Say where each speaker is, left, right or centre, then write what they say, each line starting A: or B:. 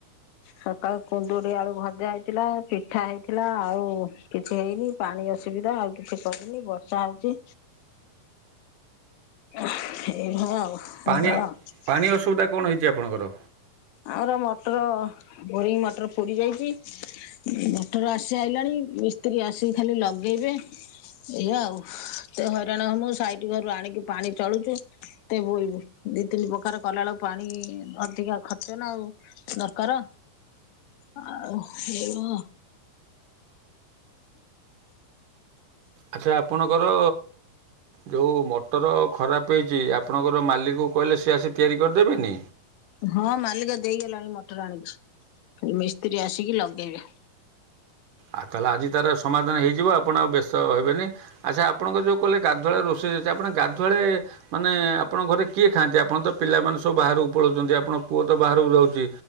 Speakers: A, on the left (about 80°); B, on the right (about 65°).
A: ସକାଳୁ କୁନ୍ଦୁଡି ଆଳୁ ଭଜା ହେଇଥିଲା ପିଠା ହେଇଥିଲା ଆଉ କିଛି ହେଇନି। ପାଣି ଅସୁବିଧା ଆଉ କିଛି କରିନି ବର୍ଷା ହଉଛି। ଏଇ ଭଳିଆ <unintelligible>
B: ପାଣି ପାଣି ଅସୁବିଧା କଣ ହେଇଛି ଆପଣଙ୍କର?
A: ଆମର ମଟର ବୋରିଙ୍ଗ ମଟର ପୋଡି ଯାଇଛି। ମଟର ଆସି ସାଇଲାଣି ମିସ୍ତ୍ରୀ ଆସି ଖାଲି ଲଗେଇବେ। ଏଇଆଉ ଏତେ ହଇରାଣ ମୁଁ ସାଇଟ୍ ଘରୁ ଆଣିକି ପାଣି ଚଳୁଚୁ। ଏତେ ଭୂଲ ଦି ତିନି ପ୍ରକାର କଲାବେଳକୁ ପାଣି ଅଧିକା ଖ ଖର୍ଚ୍ଚ ନା ଆଉ ଦରକାର। ଆଉ ହେଇଭ <unintelligible>
B: ଆଚ୍ଛା ଆପଣଙ୍କର ଯୋଉ ମଟର ଖରାପ ହେଇଛି ଆପଣଙ୍କର ମାଲିକକୁ କହିଲେ ସିଏ ଆସି ତିଆରି କରିଦେବେନି?
A: ହଁ ମାଲିକ ଦେଇଗଲାଣି ମଟର ଆଣିକି। ମିସ୍ତ୍ରୀ ଆସିକି ଲଗେଇବେ।
B: ଆଉ ତାହେଲେ ଆଜି ତାର ସମାଧାନ ହେଇଯିବ ଆପଣ ଆଉ ବ୍ୟସ୍ତ ହେବେନି। ଆଚ୍ଛା ଆପଣଙ୍କ ଯୋଉ କହିଲେ ଗାଧୁଆବେଳେ ରୋଷେଇ ଅଛି ଆପଣ ଗାଧୁଆବେଳେ ମାନେ ଆପଣଙ୍କ ଘରେ କିଏ ଖାଆନ୍ତି? ଆପଣ ତ ପିଲାମାନେ ସବୁ ବାହାରକୁ ପଳଉଛନ୍ତି, ଆପଣଙ୍କ ପୁଅ ତ ବାହାରକୁ ଯାଉଛି।